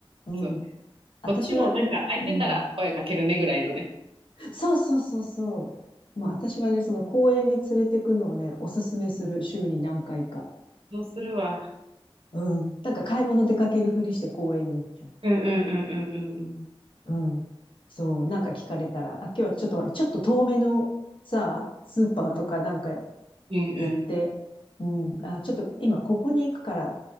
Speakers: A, on the left (about 60°); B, on the right (about 75°).
A: うん。
B: うん。そう。
A: 私は、
B: こっちもなんか空いてたら声かけるねぐらいのね。
A: うん、そうそうそうそう。まあ私はね、その公園に連れてくのをね、おすすめする週に何回か。
B: そうするわ。
A: うん。なんか買い物出かけるふりして公園に行っちゃ
B: うんうんうんうんうんうん。
A: う。うん。そう。なんか聞かれたら、あ、今日はちょっとほら、ちょっと遠めのさ、スーパーとかなんか
B: うんうん
A: 言って、うん。あ、ちょっと今ここに行くからっ